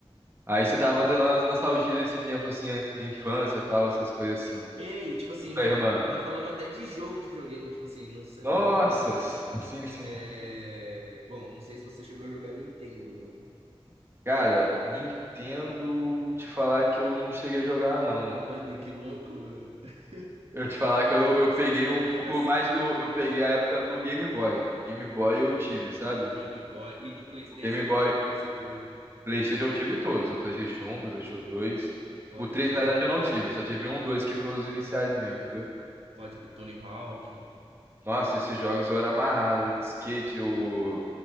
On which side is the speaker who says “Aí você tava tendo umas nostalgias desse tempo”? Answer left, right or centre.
Right